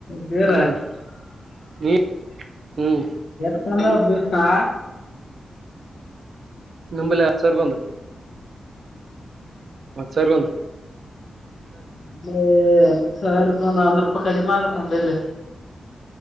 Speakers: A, on the left; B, on the right.
A: ಬೇರ
B: ಹ್ಮ್
A: <unintelligible>
B: ನೀ ಹ್ಮ್
A: ಚ ಹಾ
B: ನಿಂಬಲ್ಲ ಅಚ್ಚರ್ಕೊ ಅಂದು ಮತ್ ಸರಿ ಬಂದು
A: ಹತ್ತು ಸಾವಿರಕ್ಕೆ ಒಂದ್ ಒಂದ್ ರೂಪಾಯಿ ಕಡಿಮೆ ಆದ್ರ ನಮಲ್ಲಿ ಹ್ಮ